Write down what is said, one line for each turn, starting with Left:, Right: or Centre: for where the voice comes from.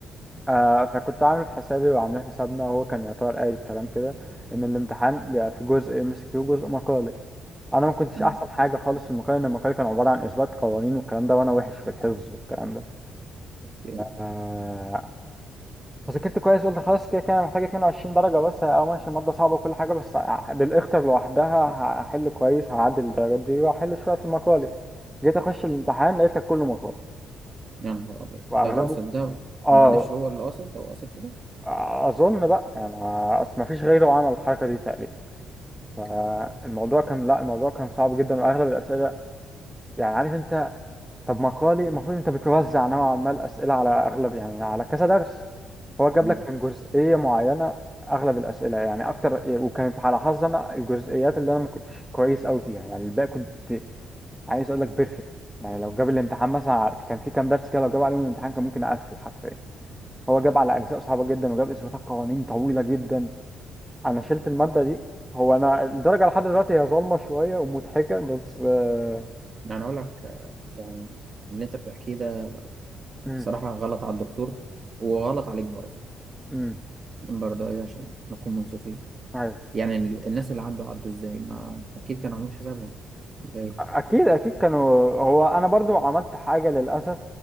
Centre: آه فكنت عامل حسابي وعاملين حسابنا وهو كان يعتبر قايل الكلام كده ان الامتحان بيبقى في جزء ام اس كيو وجزء مقالي انا ما كنتش
Right: مم.
Centre: احسن حاجه خالص في المقالي لان المقالي كان عباره عن اثبات قوانين والكلام ده وانا وحش في الحفظ والكلام ده
Right: إيه؟
Centre: آه فذاكرت كويس قلت خلاص كده كده انا محتاج 22 درجه بس او ماشي الماده صعبه وكل حاجه بس بالاختر لوحدها هحل كويس هعدي الدرجات دي واحل شويه في المقالي جيت اخش الامتحان لقيت لك كله مقالي
Right: يا نهار ابيض
Centre: واغلبه
Right: ده قاصد ده
Centre: اه
Right: معلش هو اللي قاصد ده هو قاصد كده
Centre: اظن بقى يعني اصل ما فيش غيره عمل الحركه دي تقريبا فالموضوع
Right: كده.
Centre: كان لا الموضوع كان صعب جدا واغلب الاسئله يعني عارف انت طب مقالي المفروض انت بتوزع نوعا ما الاسئله على اغلب يعني على كذا درس هو جاب
Right: مم.
Centre: لك من جزئيه معينه اغلب الاسئله يعني اكتر وكانت على حظي انا الجزئيات اللي انا ما كنتش كويس قوي فيها يعني الباقي كنت عايز اقول لك بيرفكت يعني لو جاب الامتحان مثلا على- كان في كام درس كده لو جاب عليهم الامتحان كان ممكن اقفل حرفيا هو جاب على اجزاء صعبه جدا وجاب اثباتات قوانين طويله جدا انا شلت المادة دي هو انا الدرجة لحد دلوقتي هي ظالمة شوية ومضحكة بس آه،
Right: يعني اقول لك آه، يعني اللي انت بتحكيه ده
Centre: امم
Right: صراحة غلط على الدكتور وغلط عليك برضه
Centre: امم
Right: برضه ايه عشان نكون منصفين
Centre: أيوة.
Right: يعني ال- الناس اللي عدوا عدوا ازاي ما اكيد كانوا عاملين حسابهم ولا إيه؟
Centre: اكيد اكيد كانوا هو انا برضو عملت حاجة للاسف